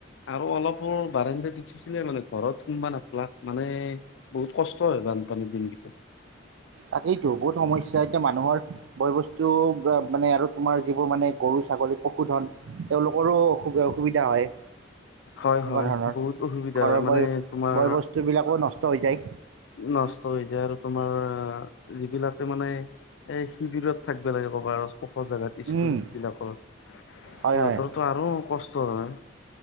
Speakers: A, on the left; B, on the right.
A: আৰু অলপ বাৰ উঠিছিলে মানে ঘৰত সোনমবা নাাপলাক মানে বহুত কষ্ট হয় বানপানীৰ দিনকেইটা।
B: তাকেইতো বহুত সমস্া এতিয়া মানুহৰ বয় বস্তু মানে আৰু তোমাৰ যিবোৰ মানে গৰু ছাগলী পশুধন তেওঁলোকৰো অসুবিধা হয়।
A: হয়
B: এনেকুৱা
A: হয়
B: ধৰণৰ
A: বহুত অসুবিধা
B: ঘৰৰ
A: হয় মানে,
B: বয়
A: তোমাৰ
B: বয় বস্তুবিলাকো নষ্ট হৈ যায়
A: নষ্ট হৈ যায় আৰু। তোমাৰ যিবিলাকে মানে এ শিবিৰত থাকিব লাগে কবাৰ ওখ জাগাত স্কুল
B: উম,
A: বিলাকত সিহঁতৰো
B: হয় হয়
A: আৰু কষ্ট হয়